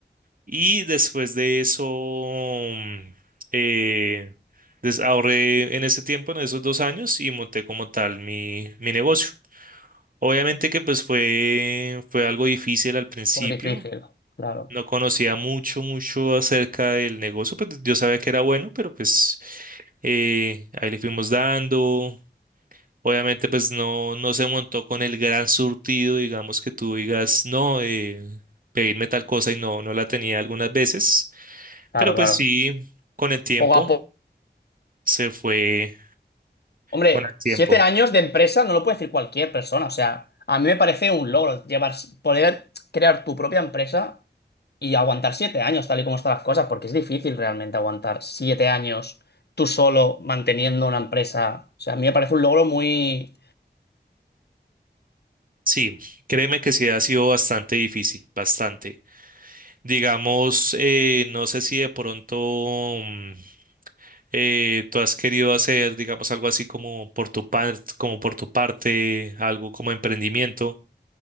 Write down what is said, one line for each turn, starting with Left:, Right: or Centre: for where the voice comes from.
Right: Y después de eso, mm, eh, des- ahorré en ese tiempo, en esos dos años, y monté como tal mi, mi negocio. Obviamente que pues fue, fue algo difícil al principio.
Left: Pues difícil. Claro.
Right: No conocía mucho, mucho acerca del negocio, pues yo sabía que era bueno, pero pues eh, ahí le fuimos dando. Obviamente pues no, no se montó con el gran surtido, digamos que tú digas, no, eh, pedirme tal cosa y no, no la tenía algunas veces.
Left: Claro,
Right: Pero
Left: claro.
Right: pues sí, con el tiempo,
Left: Poco a poco.
Right: se fue
Left: Hombre,
Right: con el tiempo.
Left: siete años de empresa no lo puede decir cualquier persona. O sea, a mí me parece un logro llevar, poder crear tu propia empresa y aguantar siete años, tal y como están las cosas, porque es difícil realmente aguantar siete años tú solo manteniendo una empresa. O sea, a mí me parece un logro muy...
Right: Sí, créeme que sí ha sido bastante difícil, bastante. Digamos, eh, no sé si de pronto mm, eh, tú has querido hacer, digamos, algo así como por tu parte, como por tu parte, algo como emprendimiento.